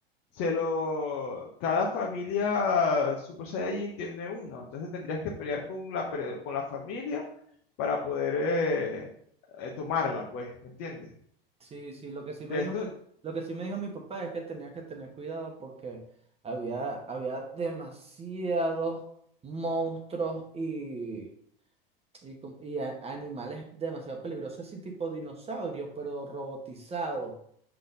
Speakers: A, on the left; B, on the right.
A: se lo. Cada familia Super Saiyajin tiene uno. Entonces tendrías que pelear con la, pre- con la familia para poder eh, eh, tomarla, pues, ¿me entiendes?
B: Sí, sí, lo que sí
A: De
B: me dijo
A: esto,
B: mi, lo que sí me dijo mi papá es que tenía que tener cuidado porque había, había demasiados monstruos y, y, com- y a- animales demasiado peligrosos, así tipo dinosaurios, pero robotizados.